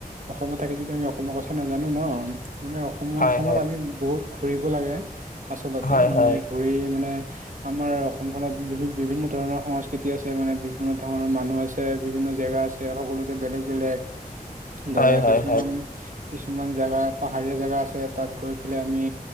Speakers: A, on the right; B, on the left.
A: অসমত থাকি যদি, আমি অসমৰ কথা নাজানো ন'! মানে, অসমখনত,
B: হয়
A: আমি বহুত ঘূৰিব লাগে, আচলতে
B: হয় হয়
A: মানে,
B: হয় হয়
A: ঘূৰি মানে, আমাৰ অসমখনত বি, বিভিন্ন ধৰণৰ সংস্কৃতি আছে। মানে, বিভিন্ন ধৰণৰ মানুহ আছে, বিভিন্ন জেগা আছে, সকলোতে বেলেগ- বেলেগ
B: <inaudible>
A: ধৰা,
B: হয়
A: কিছুমান,
B: হয় হয়
A: কিছুমান জেগা, পাহাৰীয়া জেগা আছে, তাত গৈ পেলাই, আমি